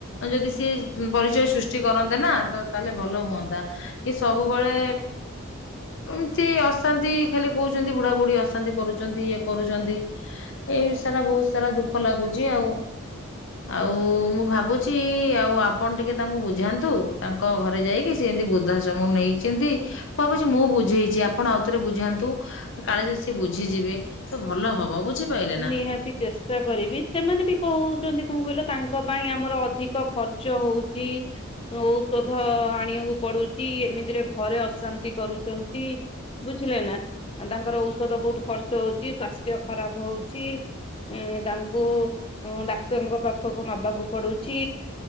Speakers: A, on the left; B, on the left.
A: ଯଦି ସେି ପରିଚୟ ସୃଷ୍ଟି କରନ୍ତେ ନା ତ ତାହେଲେ ଭଲ ହୁଅନ୍ତା କି ସବୁବେଳେ ଏମ୍ ତ୍ତି ଏମିତି ଖାଲି କହୁଛନ୍ତି ବୁଢା ବୁଢ଼ୀ ଅଶାନ୍ତି କରୁଛନ୍ତି ଇଏ କରୁଛନ୍ତି ଏମିତି ସାରା ବହୁତ ସାରା ଦୁଃଖ ଲାଗୁଚି ଆଉ ଆଉ ମୁଁ ଭାବୁଚି ଆଉ ଆପଣ ଟିକେ ତାଙ୍କୁ ବୁଝାନ୍ତୁ ତାଙ୍କ ଘରେ ଯାଇକି ସେ ଯଦି ଵୃଦ୍ଧାଶ୍ରମ ନେଇଛନ୍ତି ଭାବୁଚି ମୁଁ ବୁଝେଇଚି ଆପଣ ଆଉ ଥରେ ବୁଝାନ୍ତୁ କାଳେ ଯଦି ସେ ବୁଝିଯିବେ ତ ଭଲ ହବ ବୁଝିପାଇଲେ ନା
B: ନିହାତି ଚେଷ୍ଟା କରିବି ସେମାନେ ବି କହୁଛନ୍ତି କଣ କହିଲ ତାଙ୍କ ପାଇଁ ଆମର ଅଧିକ ଖର୍ଚ୍ଚ ହଉଛି ଔଷଧ ଆଣିବାକୁ ପଡୁଛି ଏମିତିରେ ଘରେ ଅଶାନ୍ତି କରୁଛନ୍ତି। ଟି ବୁଝିଲେ ନା ତାଙ୍କର ଔଷଧ ବୋହୁତ ଖର୍ଚ୍ଚ ହୋଉ କି ସ୍ଵାସ୍ଥ୍ୟ ଖରାପ ହଉଛି ଛି ଉଁ ତାଙ୍କୁ ଡାକ୍ତରଙ୍କ ପାଖକୁ ନବା କୁ ପଡୁଚି